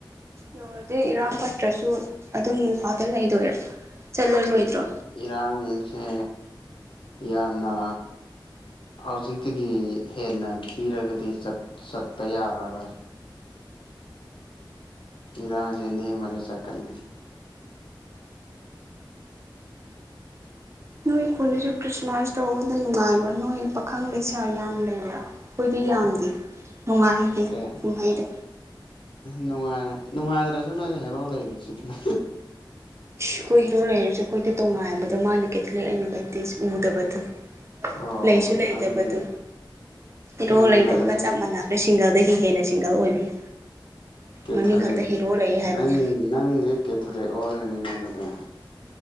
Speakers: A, on the right; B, on the left.
A: ꯌꯧꯔꯗꯤ ꯏꯔꯥꯡ ꯐꯠꯇ꯭ꯔꯁꯨ ꯑꯗꯨꯝ ꯏꯐꯥꯎꯗ ꯂꯩꯗꯣꯏꯔꯥ ꯆꯠꯂꯔꯣꯏꯗ꯭ꯔꯣ
B: ꯏꯔꯥꯡꯁꯦ ꯌꯥꯝꯅ ꯍꯧꯖꯤꯛꯇꯤꯒꯤ ꯍꯦꯟꯅ ꯊꯤꯔꯒꯗꯤ ꯆꯠꯄ ꯆꯠꯕ ꯌꯥꯔꯔꯣꯏ ꯏꯔꯥꯡꯁꯤ ꯅꯦꯝꯃꯗꯤ ꯆꯠꯀꯅꯤ
A: ꯅꯣꯏ ꯈꯨꯟꯁꯨ ꯈ꯭ꯔꯤꯁꯃꯥꯁ ꯇꯧꯕꯗ ꯅꯨꯡꯉꯥꯏꯕ꯭ꯔꯥ ꯅꯣꯏ ꯄꯥꯈꯪ ꯂꯩꯁꯥ ꯌꯥꯝ ꯂꯩꯕ꯭ꯔꯥ ꯑꯩꯈꯣꯏꯗꯤ ꯌꯥꯝꯗꯦ ꯅꯨꯡꯉꯥꯏꯇꯦ
B: ꯀꯦ
A: ꯀꯨꯝꯍꯩꯗꯣ
B: ꯅꯨꯡꯉꯥꯏ ꯅꯨꯡꯉꯥꯏꯇ꯭ꯔꯁꯨ ꯅꯣꯏ ꯍꯦꯔꯣ ꯂꯩꯔꯤꯁꯤꯗꯅ
A: ꯏꯁ ꯑꯩꯈꯣꯏ ꯍꯤꯔꯣ ꯂꯩꯔꯤꯁꯦ ꯑꯩꯈꯣꯏꯗꯤ ꯇꯣꯉꯥꯏꯥꯟꯕꯗꯣ ꯃꯥꯅ ꯀꯦꯊꯂꯤꯛ ꯑꯩꯅ ꯦꯇꯤꯁ ꯎꯗꯕꯗꯣ
B: ꯑꯣ
A: ꯂꯩꯁꯨ ꯂꯩꯇꯕꯗꯣ
B: ꯑꯗꯨꯗꯤ
A: ꯏꯔꯣꯛ
B: ꯅꯪ
A: ꯂꯩꯇꯕꯒ
B: ꯑꯗꯨꯗꯤ
A: ꯆꯞ ꯃꯥꯟꯅ ꯑ ꯁꯤꯡꯒꯜꯗꯒꯤ ꯍꯦꯟꯅ ꯁꯤꯡꯒꯜ ꯑꯣꯏꯕꯅꯤ
B: ꯀꯦꯊꯣꯂꯤꯛ
A: ꯃꯃꯤꯡ ꯈꯛꯇ ꯍꯤꯔꯣ ꯂꯩꯌꯦ ꯍꯥꯏꯕꯅꯦ
B: ꯅꯪ ꯅꯪꯁꯦ ꯀꯦꯊꯣꯂꯤꯛ ꯑꯣꯏꯜꯂꯅꯤꯅꯪ ꯑꯗꯨꯗ